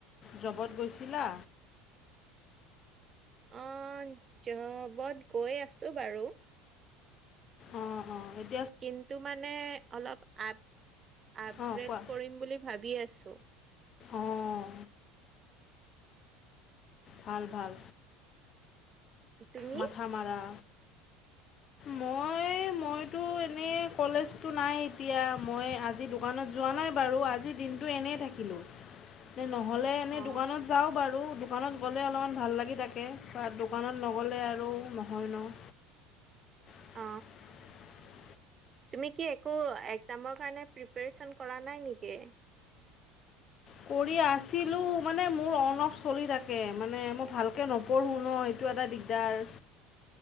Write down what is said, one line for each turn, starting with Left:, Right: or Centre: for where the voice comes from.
Left: জবত গৈছিলা?
Right: অঁ জবত গৈ আছোঁ বাৰু।
Left: অঁ অঁ', সেই
Right: কিন্তু মানে অলপ আপ আপগ্ৰেড
Left: অঁ কোৱা
Right: কৰিম বুলি ভাবি আছোঁ।
Left: অঁ ভাল ভাল।
Right: তুমি
Left: মাথা মৰা। মই মইতো এনেই কলেজটো নাই এতিয়া মই আজি দো দোকানত যোৱা নাই বাৰু আজি দিনটো এনেই থাকিলোঁ, নহ'লে এনেই
Right: অ
Left: দোকানত যাওঁ বাৰু দোকানত গ'লে অলপ ভাল লাগি থাকে, বা দোকানত নগলে আৰু নহয় ন'। <inaudible>
Right: অ তুমি কি একো একজামৰ কাৰণে প্ৰিপেৰেচন কৰা নাই নেকি?
Left: কৰি আছিলো মানে মোৰ অন অফ চলি থাকে মানে মই ভালকে নপ নপঢ়ো ন এইটো এটা দিগদাৰ।